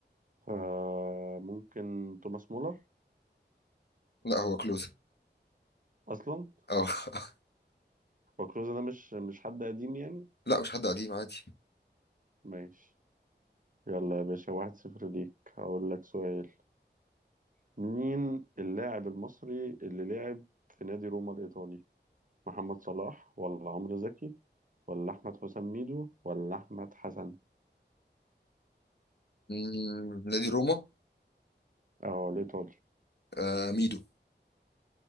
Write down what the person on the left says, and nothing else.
لا هو كلوزا
اه <laughs>
لا مش حد قديم عادي
مم، نادي روما
آه ميدو